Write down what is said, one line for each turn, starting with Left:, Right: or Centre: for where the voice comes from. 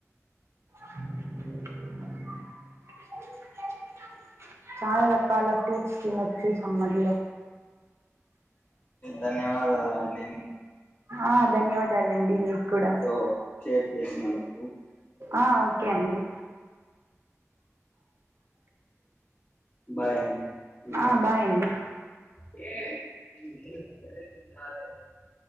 Right: <unintelligible> చాలా రకాల ఫ్రూట్స్ తినొచ్చు సమ్మర్ లో
Left: ధన్యవాదాలండి ధన్యవాదాలు అండి
Right: ఆ ధన్యవాదాలండి మీకు కూడా
Left: మాతో షేర్ చేసిన అందుకు
Right: ఆ ఓకే అండి
Left: బాయ్ అండి ఇంకా
Right: ఆ బాయ్ అండి
Left: <unintelligible>